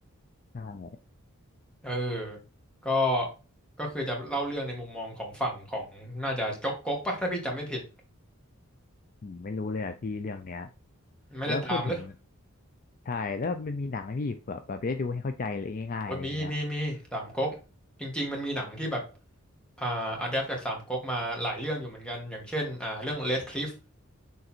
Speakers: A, on the left; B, in the centre.
A: ใช่
B: เออก็ก็คือจะเล่าเรื่องในมุมมองของฝั่งของน่าจะจ๊กก๊กปะถ้าพี่จำไม่ผิด
A: ผมไม่รู้เลยอ่ะพี่เรื่องเนี้ย
B: ไม่ได้ตามหรือ
A: แล้วพูดถึงใช่แล้วมันมีหนังไหมพี่เผื่อแบบได้ดูให้เข้าใจเลยง่ายๆอะไรแบบเนี้ย
B: โอ้ยมีมีมีสามก๊กจริงๆมันมีหนังที่แบบอ่าอะแดปจากสามก๊กมาหลายเรื่องอยู่เหมือนกันอย่างเช่นอ่าเรื่อง Red Cliff